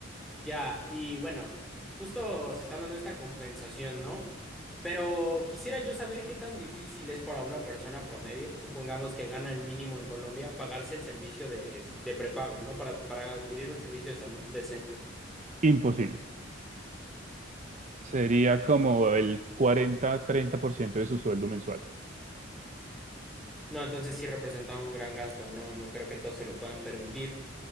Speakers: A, in the centre; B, on the right.
A: Ya, y bueno, justo se está hablando de esta compensación, ¿no? Pero quisiera yo saber qué tan difícil es para una persona promedio, supongamos que gana el mínimo en Colombia, pagarse el servicio de, de prepago, ¿no? Para, para adquirir un servicio de salud decente.
B: Imposible. Sería como el cuarenta treinta por ciento de su sueldo mensual.
A: No, entonces sí representa un gran gasto, no, no creo que todos se lo puedan permitir.